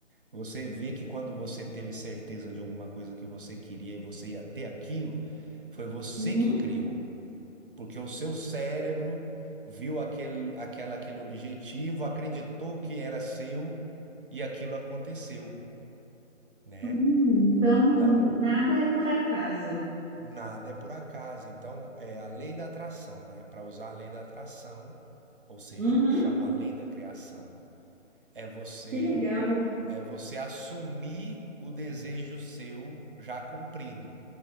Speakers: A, on the right; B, on the right.
A: você vê que quando você teve certeza de alguma coisa que você queria e você ia ter aquilo, foi você
B: Uhum.
A: que criou porque o seu cérebro viu aquele, aquela, aquele objetivo, acreditou que era seu e aquilo aconteceu, né?
B: Hum, então,
A: Então,
B: nada é por acaso.
A: nada é por acaso. Então, é a lei da atração, né? Para usar a lei da atração, ou seja,
B: Uhum,
A: eu chamo a lei da criação, é você
B: que legal.
A: É você assumir o desejo seu já cumprido,